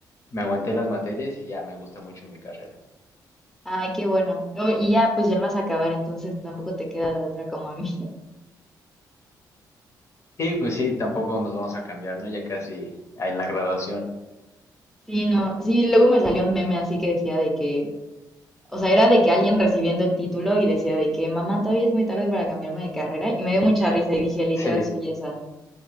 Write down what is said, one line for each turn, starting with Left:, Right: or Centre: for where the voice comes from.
Left: me aguanté las materias y ya me gusta mucho mi carrera.
Centre: Ay, qué bueno. Luego- Y ya, pues ya vas a acabar, entonces tampoco te queda de otra como a mí.
Left: Y pues sí, tampoco nos vamos a cambiar, ¿no? Ya casi en la graduación.
Centre: Sí, no, sí, luego me salió un meme así que decía de que, o sea, era de que alguien recibiendo el título y decía de que, mamá, todavía es muy tarde para cambiarme de carrera y me dio mucha risa y dije, literal,
Left: Sí.
Centre: soy esa.